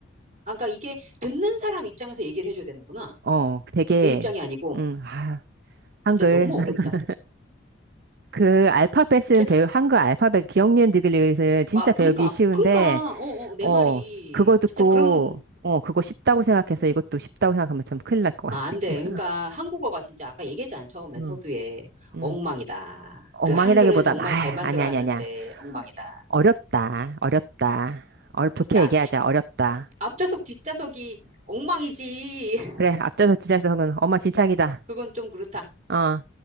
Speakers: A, on the right (about 35°); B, on the right (about 55°).
A: 아, 그러니까 이게 듣는 사람 입장에서 얘기를 해줘야 되는구나.
B: 어, 되게,
A: 내 입장이 아니고.
B: 음, 아,
A: 진짜
B: 한글.
A: 너무
B: <laughs>
A: 어렵다.
B: 그 알파벳은
A: 진짜,
B: 배우, 한글 알파벳 기억니은 디귿은 진짜
A: 아,
B: 배우기
A: 그니까,
B: 쉬운데,
A: 그니까, 어, 어, 내
B: 어,
A: 말이.
B: 그거 듣고,
A: 진짜 그럼,
B: 어, 그거 쉽다고 생각해서 이것도 쉽다고 생각하면 좀 큰일 날 것
A: 아,
B: 같아.
A: 안 돼. 그러니까 한국어가 진짜 아까 얘기했잖아. 처음에
B: 음,
A: 서두에
B: 음,
A: 엉망이다.
B: 엉망이라기보다,
A: 그 한글은 정말
B: 아,
A: 잘 만들어놨는데
B: 아니, 아니, 아니야.
A: 엉망이다.
B: 어렵다, 어렵다. 어렵, 좋게
A: 야,
B: 얘기하자, 어렵다.
A: 앞좌석 뒷좌석이 엉망이지.
B: 그래, 앞서서 지자서는 엄마 진창이다.
A: <laughs> 그건 좀 그렇다.
B: 어.